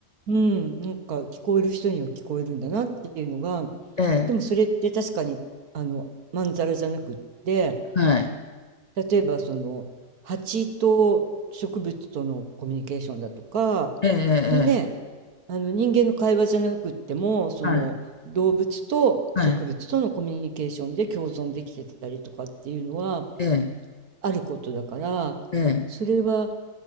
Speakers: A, on the right; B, on the left.
A: うん、なんか聞こえる人には聞こえるんだなっていうのが、
B: ええ、
A: でもそれって確かにあのまんざらじゃなくって、
B: はい。
A: 例えばその蜂と植物とのコミュニケーションだとか、
B: ええ、ええ、
A: ね、あの人間の会話じゃなくっても、その動物と植物とのコミュニケーションで共存できてたりとかっていうのは
B: はい。はい。ええ、
A: あることだから、
B: ええ。
A: それは